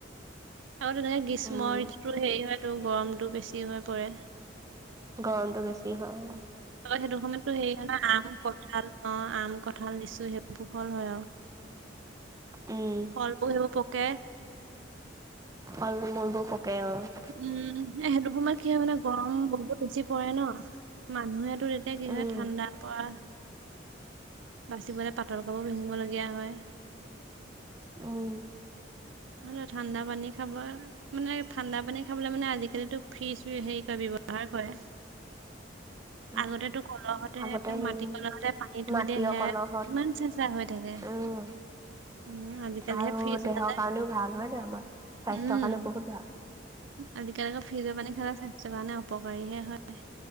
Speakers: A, on the right; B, on the right.
A: আৰু তেনেকে গ্ৰীষ্ম
B: উম
A: ঋতুটো হেৰি হয় তো গৰমটো বেছি হৈ পৰে।
B: গৰমটো বেছি হয়, অ'।
A: ত' সেইটো সময়তো হেৰি হয়, ন আম কঁঠাল অ', আম কঁঠাল লিচু সেইবোৰ ফল হয় আৰু।
B: উম।
A: ফলবোৰ সেইবোৰ পকে।
B: ফল মূলবোৰ পকে অ'।
A: উম, সেইটো সময়ত কি হয়, মানে গৰম বহুত বেছি পৰে ন! মানুহেতো তেতিয়া কি
B: উম
A: হয়, ঠাণ্ডাৰ পৰা বাচিবলৈ পাতল কাপোৰ পিন্ধিবলগীয়া হয়।
B: উম।
A: আৰু ঠাণ্ডা পানী খাব মানে ঠাণ্ডা পানী খাবলৈ মানে আজিকালিতো ফ্ৰিজ হেৰি কৰে ব্যৱহাৰ কৰে।
B: <inaudible>
A: আগতেতো কলহতে
B: আগতে সেই
A: মাটি কলহতে পানী থৈ
B: মাটিৰ
A: দিয়ে সেয়াই
B: কলহত
A: কিমান চেঁচা চা হৈ থাকে।
B: উম
A: উম, আজিকালিহে
B: আৰু
A: ফ্ৰিজ
B: দেহৰ
A: ওলালে
B: কাৰণেও ভাল হয় নে আমাৰ স্বাস্থ্যৰ
A: উম।
B: কাৰণে বহুত ভাল।
A: আজিকালি আকৌ ফ্ৰিজৰ পানী খালে স্বাস্থ্যৰ কাৰণে অপকাৰী হে হয়।